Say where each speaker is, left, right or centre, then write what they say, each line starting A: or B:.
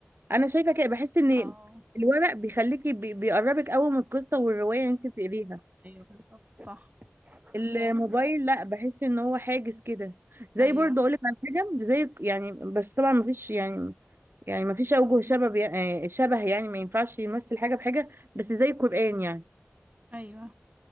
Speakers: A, on the right (about 55°); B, on the right (about 35°).
A: انا شايفه كده بحس ان
B: اه
A: الورق بيخليكي بي- بيقربك قوي من القصه والروايه اللي انت بتقريها
B: ايوه بالظبط صح
A: الموبايل
B: آه،
A: لا بحس ان هو حاجز كده زي
B: ايوه
A: برضه اقول لك على حاجه زي يعني بس طبعا مفيش يعني يعني مفيش اوجه شبه يعني شبه يعني ما ينفعش يمثل حاجه بحاجه بس زي القران يعني
B: ايوه